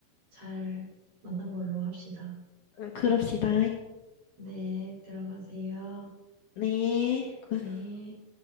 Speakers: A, on the right (about 45°); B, on the left (about 65°).
A: 잘 만난 걸로 합시다.
B: 음, 그럽시다.
A: 네, 들어가세요.
B: 네. 고
A: 네.